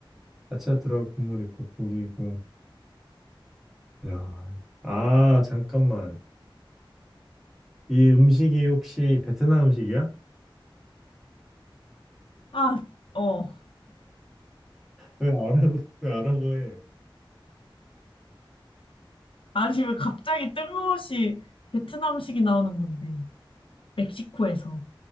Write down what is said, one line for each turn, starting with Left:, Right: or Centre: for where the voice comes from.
Centre: 야채가 들어가 국물 있고 고기고. 야. 아 잠깐만. 이 음식이 혹시 베트남 음식이야?
Left: 아, 어.
Centre: 왜 알아고 왜 알아고 해?
Left: 아니, 왜 갑자기 뜬금없이 베트남식이 나오는 건데. 멕시코에서.